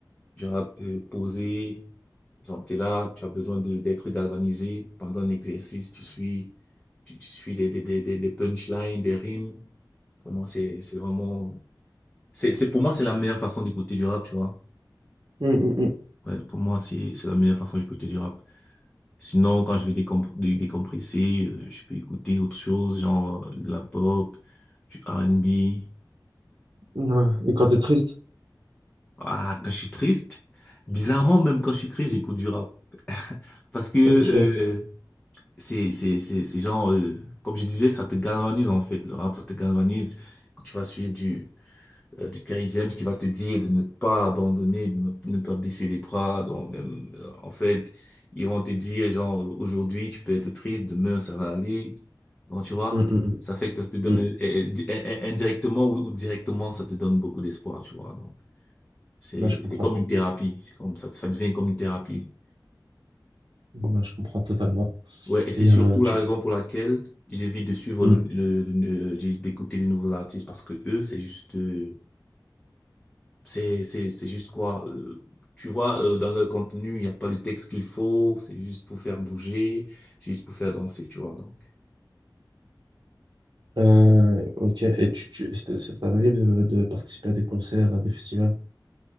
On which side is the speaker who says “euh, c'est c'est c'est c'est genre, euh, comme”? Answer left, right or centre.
Left